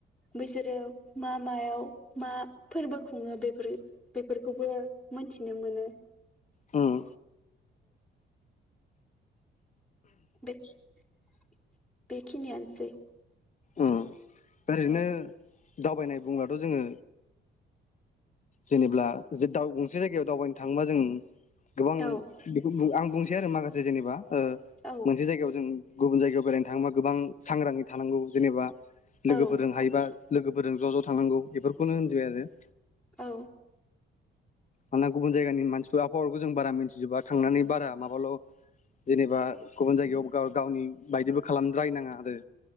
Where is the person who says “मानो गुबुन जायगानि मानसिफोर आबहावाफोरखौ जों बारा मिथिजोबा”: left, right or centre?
Left